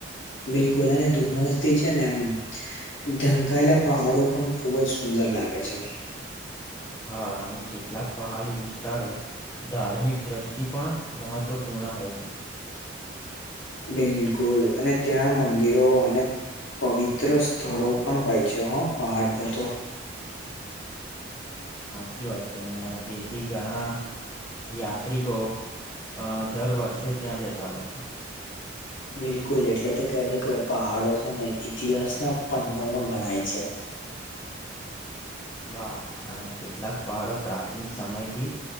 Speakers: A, on the left (about 70°); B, on the left (about 15°).
A: બિલકુલ અને ધુમસ થી છે ને એમ ઢંકાયેલા પહાડો પણ ખુબ જ સુંદર લાગે લાગે છે.
B: હા અને કેટલાક પહાડી વિસ્તારો ધાર્મિક દ્રષ્ટિ પણ મહત્વપૂર્ણ હોય છે.
A: બિલકુલ અને ત્યાં મંદિરો અને. પવિત્ર સ્થળો પણ હોય જે હો પહાડ પર તો
B: <inaudible> સાચી વાત છે તેથી ઘણા. યાત્રિકો અ દર વર્ષે ત્યાં જતા હોય છે
A: બિલકુલ એટલે તો કેહેવા છે કે પહાડો છે ને ઈતિહાસના પનોમાં ગણાય છે
B: <inaudible> વાહ અને કેટલાક પહાડો પ્રાચીન સમયથી